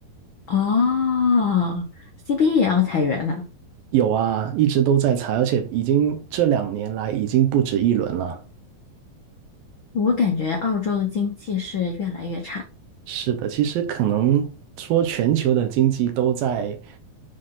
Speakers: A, on the left; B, on the right.
A: 哦，CBA 也要裁员了。
B: 有啊，一直都在裁，而且已经这两年来已经不止一轮了。
A: 我感觉澳洲的经济是越来越差，
B: 是的，其实可能说全球的经济都在